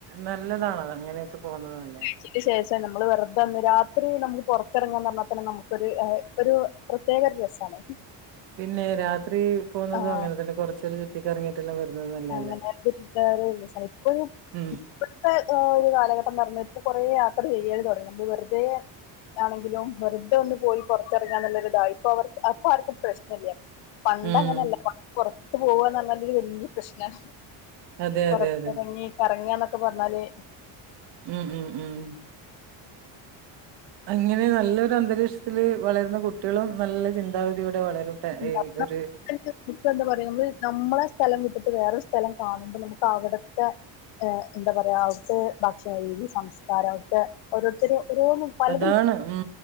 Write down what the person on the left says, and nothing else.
ച്ചന്റെ ശേഷം നമ്മള് വെറുതൊന്ന് രാത്രി നമുക്ക് പുറത്തിറങ്ങാന്നർഞ്ഞാ തന്നെ നമുക്കൊരു ഏഹ് ഒരു പ്രത്യേക ഒരു രസാണഹ്
ആഹ്
അങ്ങനെത്തെ <unintelligible> ചെൽപ്പഹ്
ഇവിത്തെ ഒരു കാലഘട്ടംന്ന് പറഞ്ഞാ ഇപ്പൊ കുറേ യാത്ര ചെയ്യുകയാണ് തുടങ്ങി നമ്മള് വെറുതെ ആണെങ്കിലും വെറുതെ ഒന്ന് പോയി പൊറത്തിറങ്ങാന്ന്ല്ലൊരിതായി ഇപ്പൊ അവർക്ക് അപ്പ ആർക്കും പ്രശ്നല്ല പണ്ടങ്ങനെയല്ല
പണ്ട് പൊറത്ത് പോവാന്നർഞാല് വല്യ പ്രശ്ന
പൊറത്തെറങ്ങി
കറങ്ങ ന്നൊക്കെ പർഞ്ഞാല്
ഉ <unintelligible>
നമുക്ക്
എന്താ പറയാ നമ്മ നമ്മളെ സ്ഥലം വിട്ടിട്ട് വേറൊരു സ്ഥലം കാണുമ്പൊ നമുക്ക് അവിടുത്തെ എഹ് എന്താ പറയാ അവിടുത്തെ ഭക്ഷണരീതി സംസ്കാരം അവിടുത്തെ ഓരോര്ത്തരി ഓരോന്നും പലതും